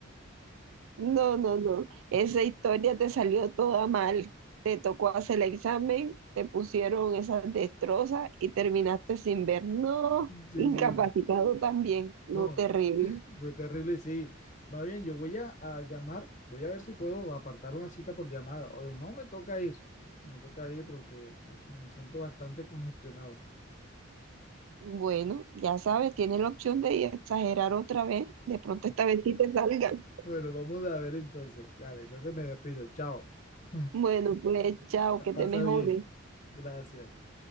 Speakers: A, on the right; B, on the left.
A: no, no, no. Esa historia te salió toda mal. Te tocó hacer el examen, te pusieron esas destrozas y terminaste sin ver. No,
B: Sí,
A: incapacitado
B: sí,
A: también. No,
B: no,
A: terrible.
B: fue terrible, sí. Más bien, yo voy a, a llamar, voy a ver si puedo apartar una cita por llamada o de no me toca ir, me toca ir porque me siento bastante congestionado.
A: Bueno, ya sabes, tienes la opción de exagerar otra vez. De pronto esta vez sí te salgan.
B: Bueno, vamos a ver entonces. Dale, entonces me despido. Chao. <laughs>
A: Bueno, pues chao,
B: Pa-
A: que
B: Pasa
A: te mejores.
B: bien. Gracias.